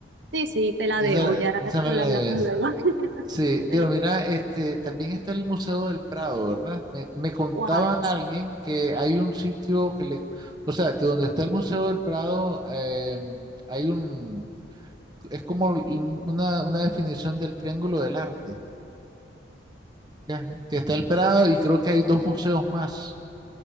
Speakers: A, on the right; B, on the right.
A: Sí, sí, te la
B: Esa,
A: debo, ya
B: esa me
A: solo
B: la
A: hablamos
B: debes.
A: luego. <laughs>
B: Sí,
A: Te
B: pero
A: lo-
B: mira, este, también está el Museo del Prado, ¿verdad? Me, me contaba
A: Wow.
B: alguien que hay un sitio que le, o sea, que donde está el Museo del Prado, eh, hay un, es como un- una, una definición del Triángulo del Arte, ¿ya? Que está el Prado y creo que hay dos museos más.